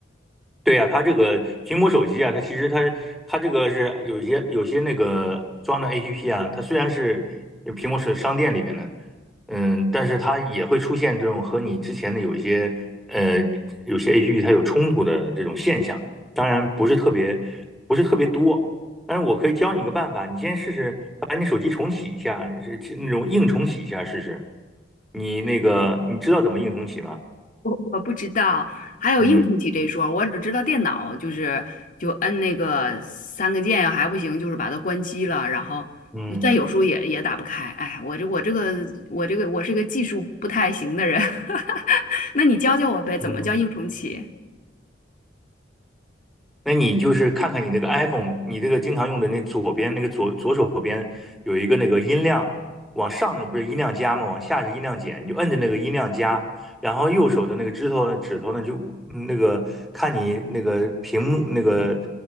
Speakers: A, in the centre; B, on the left.
A: 对呀、它这个苹果手机啊，它其实它它这个是有一些有些那个装的 APP 啊，它虽然是苹果手商店里边的，嗯，但是它也会出现这种和你之前的有一些呃有些 APP 它有冲突的这种现象，当然不是特别不是特别多，但是我可以教你一个办法，你先试试把你手机重启一下，是是那种硬重启一下试试，你那个你知道怎么硬重启吗？
B: 我我不知道，还有硬重启这一说，
A: 嗯
B: 我只知道电脑就是就摁那个三个键还不行，就是把它关机了，然后你再有时候也也打不开，
A: 嗯
B: 哎，我这我这个我这个我是个技术不太行的人，<laughs> 那你教教我呗，
A: 嗯。
B: 怎么叫硬重启？
A: 那你就是看看你那个 iPhone，你这个经常用的那左边那个左左手边有一个那个音量，往上那个不是音量加吗？往下是音量减，你就摁着那个音量加，然后右手的那个指头呢，指头呢就嗯那个看你那个屏幕那个